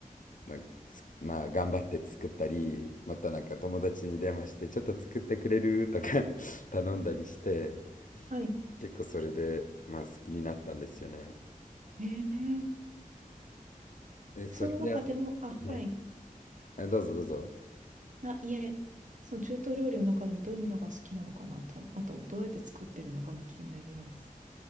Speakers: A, on the left; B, on the right.
A: なんかつまあ頑張って作ったり、またなんか友達に電話して、ちょっと作ってくれるとか <laughs> 頼んだりして、
B: はい。
A: 結構それで、まあ好きになったんですよね。
B: えー、
A: え、そちら、
B: その中でも、あ、はい、
A: はいあどうぞどうぞ。
B: あ、いえ、その中東料理の中でもどういうのが好きなのかなと、あとどうやって作ってるのかも気になります。